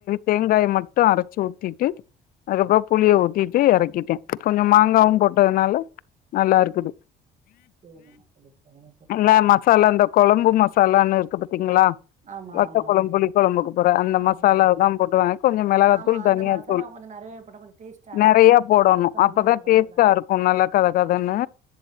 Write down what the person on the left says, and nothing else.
தேங்காய மட்டு அரச்சு ஊத்திட்டு அதுக்கப்ற புளிய ஊத்திட்டு எறக்கிட்டே கொஞ்சொ மாங்காவு போட்டு டதுனால நல்லாருக்குது
எல்லா மசாலாந்தப் கொழம்பு மசாலான்னு இருக்கு பத் திங்ளா
வத்த
கொழம் புளிகொழம்புக்கு போற அந்த மசாலாவ
தா போட்டுவ கொஞ்ச மிளகாத்தூள்
தனியாத்தூள்
நெறைய
போடணு
அப்பதா
டேஸ் தாருக்கு நல்லா கத கதன்னு